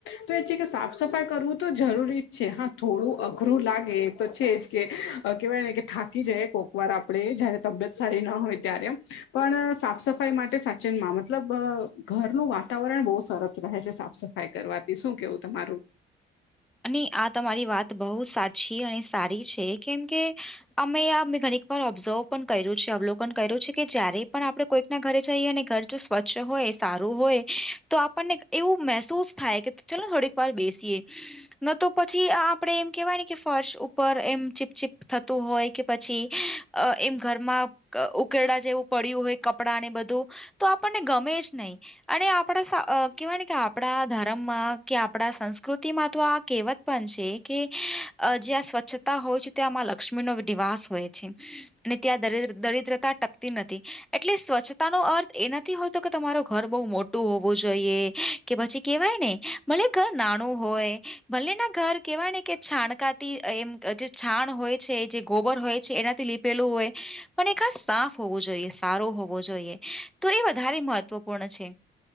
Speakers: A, on the left; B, in the centre.
A: તો એ છે કે સાફ સફાઈ કરવું તો જરૂરી જ છે હા થોડું અઘરું લાગે તો છે જ કે કહેવાય ને કે થાકી જાય કોકવાર આપણે જયારે તબિયત સારી ના હોય ત્યારે પણ સાફ સફાઈ માટે સાચનમાં મતલબ ઘરનું વાતાવરણ બહુ સરસ રહે છે સાફ સફાઈ કરવાથી શું કેવું તમારું
B: અને આ તમારી વાત બહુ સાચી અને સારી છે કેમ કે અમે આ મેં ઘણીક વાર ઓબ્ઝર્વ પણ કર્યું છે અવલોકન કર્યું છે કે જ્યારેારે પણ આપડ કોઈક ના ઘરે જઈએ અને ઘર જો સ્વચ્છ હોય સારું હોય તો આપણને એવું મહેસૂસ થાય કે ચાલો થડ એક વાર બેસીએ ન તો પછી આપડે એમ કેહેવાયને કે ફર્શ ઉપર એમ ચીપચીપ થતું હોય કે પછી અ એમ ઘરમાં ઉકેરડા જેવું પડ્યું હોય કપડાં ને બધું તો આપણને ગમે જ નહીં અને આપણા કવાય ને કે આપડા ધર્મમાં કે આપડા સંસ્કૃતિમાં તો આ કહેવત પણ છે કે જ્યાં સ્વચ્છતા હોય છે ત્યાંમાં લક્ષ્મી નો નિવાસ હોય છે અનેને ત્યાં દરિદ્રતા ટકતી નથી એટલે સ્વચ્છતા નો અર્થ એ નથી હોય તો કે તમાર ઘર બહ મોટું હોવું જોઈએ કે પછી કેવાય ને મળલે ઘર નાનું હોય ભલ્ને ના ઘર કેહેવાય ને કે છાણકાતી એમ જે છાણ હોય છે જે ગોબર હોય છે એનાથી લ લું હોય પણ એર સાફ હોવું જોઈએ સારું હોવું જોઈએ તો એ વધારે મહ ત્વપૂર્ણ છે